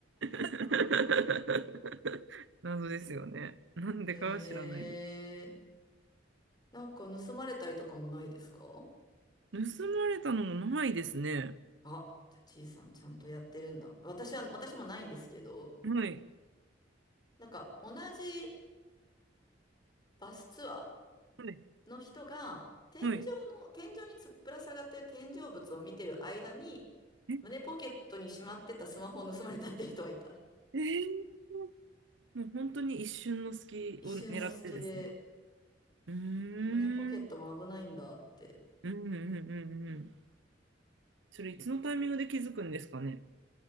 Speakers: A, on the right; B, on the left.
A: <laughs> 謎ですよね。なんでかは知らないで
B: う。ええなんか盗まれたりとかもないですか
A: す。盗まれたのもないですね。
B: あ、じゃあちいさんちゃんとやってるんだ。私は、私もないんですけど、
A: はい。
B: なんか同じバスツアー
A: はい。
B: の人が、天井
A: はい。
B: の、天井につぶら下がってる天井物を見てる間に、
A: え、
B: 胸ポケットにしまってたスマホを盗まれたって人はいた。
A: えー、もう本当に一瞬の隙を狙ってですね。
B: 一瞬の隙で、
A: うーん。
B: 胸ポケットも危ないんだって。
A: うんうんうんうんうん。それいつのタイミングで気づくんですかね。